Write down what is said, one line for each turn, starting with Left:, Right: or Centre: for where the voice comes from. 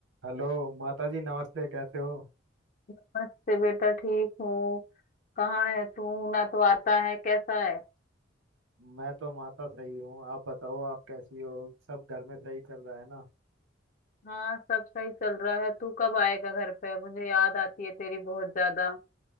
Right: Hello माता जी नमस्ते कैसे हो
Left: नमस्ते बेटा ठीक हूँ कहाँ है तू ना तो आता है कैसा है
Right: मैं तो माता सही हूँ आप बताओ आप कैसी हो सब घर में सही चल रहा है ना
Left: हाँ सब सही चल रहा है तू कब आएगा घर पे मुझे याद आती है तेरी बहुत ज्यादा